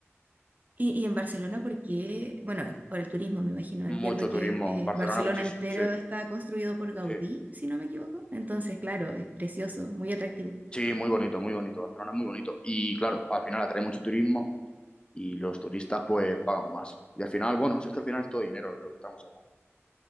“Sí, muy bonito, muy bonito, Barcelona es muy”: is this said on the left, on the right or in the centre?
Left